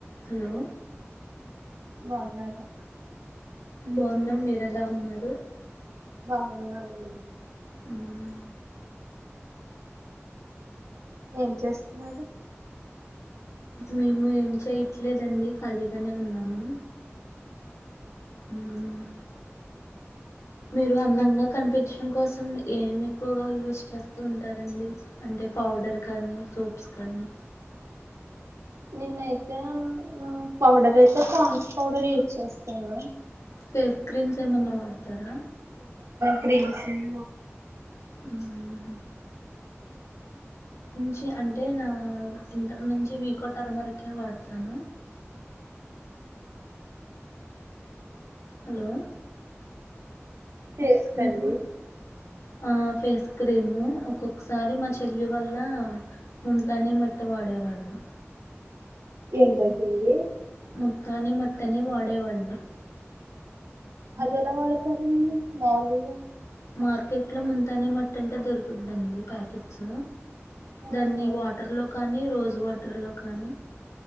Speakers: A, on the left; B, on the right.
A: Hello
B: బాగున్నారా
A: బాగున్నం మీర ఎలా ఉన్నారు
B: బాగున్నారా అండి
A: మ్మ్.
B: ఏం చేస్తున్నారు
A: మేము ఏం చేయట్లేదండి ఖాళీగానే ఉన్నాము మూ మ్మ్ మీరు అందంగా కనిపించడం కోసం ఏం ఎక్కువగా యూస్ చేస్తూ ఉంటారండి అంటే పౌడర్ కానీ సోప్స్ కానీ
B: నేనైతే పౌడర్ అయితే పాన్స్ పౌడర్ యూజ్ చేస్తాను
A: ఫేస్ క్రీమ్స్ ఏమన్నా వాడతారా
B: ప్రీ సిమ్
A: మ్మ్. చ అంటే నా ఇంటర్ నుంచి వీకో టర్మర్కే వాడతాను హలో
B: పేస్ కండి
A: మీకు ఆ ఫేస్ క్రీమ్ ఒక్కొక్క్ సారి మా చెల్లి వల్ల ముంతాని మట్ ట్ట వాడేవాళ్ళం
B: ఏంటి అవుతుంది
A: ముల్కని మట్ త్తనే వాడేవాళ్ళు
B: అదేల వాడతారండి మాములుగా
A: మార్కెట్ లో ముంతని మట్టి అంటే దొరుకుద్ అండి ప్యాకెట్స్
B: ఆహా
A: దాన్ని వాటర్లో కానీ రోజు వాటర్లో కానీ